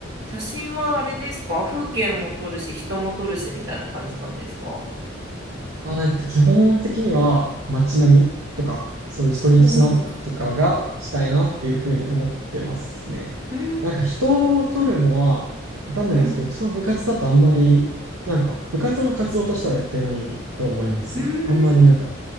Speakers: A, on the right; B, on the right.
A: 写真はあれですか風景も撮るし、人も撮るしみたいな感じなんですか
B: あー、えっと、基本的には街並みとか、そういうストリートスナップとかがしたいなっていうふうに思ってますね。
A: うんうーん。
B: なんか人を撮るのはわかんないですけど、
A: うん
B: うちの部活だとあんまり、なんか部活の活動としてはやってないと思いますね。
A: うーん
B: あんまりなんか、